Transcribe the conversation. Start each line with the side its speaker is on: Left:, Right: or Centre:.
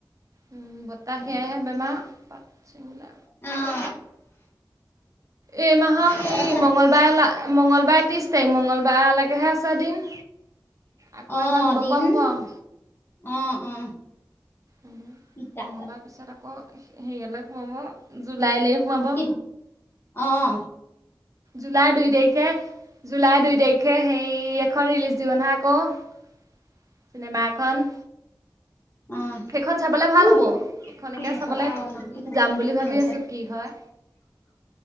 Right: উম বতাহ সেয়াইহে বেমাৰ। পাত ছিঙিলে
Left: উম।
Right: এই মাহৰ
Left: অ
Right: সেই মঙ্গলবাৰ মঙ্গলবাৰ ত্ৰিশ তাৰিখ মঙ্লবাৰলৈকেহে আছে দিন। আকৌ
Left: আহ
Right: এবাৰ দিব
Left: দিন
Right: পৰা হ'ব আৰু
Left: আহ অ
Right: উ
Left: ইটা
Right: মঙলবাৰ পিছত আকৌ হেৰিয়ালৈ সোমাব জুলাইলৈ। সোমাব
Left: কি আহ।
Right: জুলাই দুই তাৰিখে জুলাই দুই তাৰিখে সেই। এখন ৰিলিজ দিব নহয় আকৌ চিনেমা এখন।
Left: উম
Right: সেইখন চাবলৈ ভাল
Left: উ
Right: হ'ব সেইখনকে
Left: চনিছলনিছ।
Right: চাবলৈ যাম বুলি ভাবি আছোঁ কি হয়